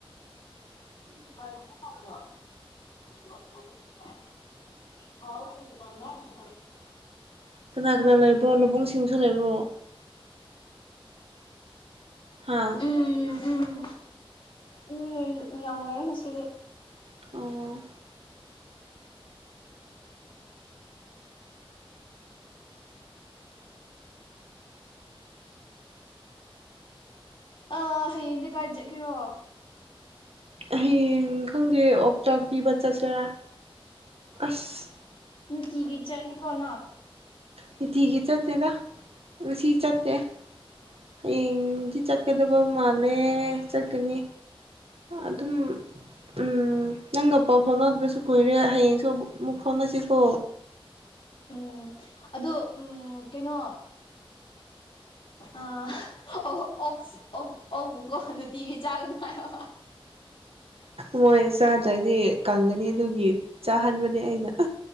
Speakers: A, on the left; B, on the right.
A: <unintelligible> <unintelligible>
B: ꯀꯅꯥ ꯀꯅꯥ ꯂꯩꯕ꯭ꯔꯣ ꯅꯕꯨꯡ ꯁꯤꯡꯁꯨ ꯂꯩꯕ꯭ꯔꯣ ꯍꯥ
A: ꯎꯝ ꯎꯝ ꯂꯩ ꯃꯌꯥꯝ ꯂꯩ ꯉꯁꯤꯗꯤ
B: ꯑꯣ
A: ꯑꯥ ꯍꯌꯦꯡꯗꯤ ꯀꯥꯏ ꯆꯠꯀꯦꯔꯣ
B: ꯍꯌꯦꯡ ꯈꯪꯗꯦ ꯑꯣꯛꯆꯥꯛ ꯄꯤꯕ ꯆꯠꯁꯤꯔꯥ ꯑꯁ
A: ꯅꯨꯡꯇꯤꯒꯤ ꯆꯠꯅꯤꯀꯣꯅ
B: ꯅꯨꯡꯇꯤꯒꯤ ꯆꯠꯇꯦꯗ ꯉꯁꯤ ꯆꯠꯇꯦ ꯍꯌꯦꯡꯗꯤ ꯆꯠꯀꯗꯕ ꯃꯥꯜꯂꯦ ꯆꯠꯀꯅꯤ ꯑꯗꯨꯝ ꯎꯝ ꯅꯪꯒ ꯄꯥꯎ ꯐꯥꯎꯅꯗꯕꯁꯨ ꯀꯨꯏꯔꯦ ꯍꯌꯦꯡꯁꯨ ꯑꯃꯨꯛ ꯐꯥꯎꯅꯁꯤꯀꯣ
A: ꯎꯝ ꯑꯗꯨ ꯎꯝ ꯀꯩꯅꯣ ꯑꯥ ꯑꯣ ꯑꯣꯛꯁ ꯑꯣꯛ ꯑꯣꯛꯄꯨꯀꯣ ꯅꯨꯡꯇꯤꯒꯤ ꯆꯥꯒꯅꯨ ꯍꯥꯏꯌꯣ
B: ꯃꯣꯏ ꯆꯥꯗ꯭ꯔꯗꯤ ꯀꯪꯒꯅꯤ ꯑꯗꯨꯒꯤ ꯆꯥꯍꯟꯕꯅꯦ ꯑꯩꯅ <unintelligible>